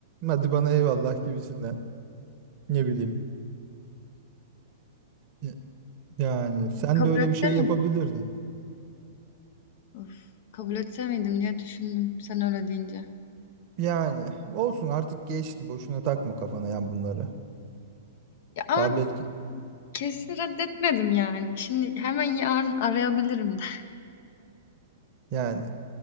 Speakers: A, on the right; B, on the left.
A: hadi bana eyvallah gibisinden. Ne bileyim. Ya- Yani sen
B: kabul
A: de öyle
B: etse
A: bir şey yapabilirdin.
B: miydim? Of, kabul etse miydim diye düşündüm sen öyle deyince.
A: Yani olsun artık geçti. Boşuna takma kafana yani bunları.
B: Ya, ama
A: Daha belki
B: kesin reddetmedim yani. Şimdi hemen yarın arayabilirim de.
A: yani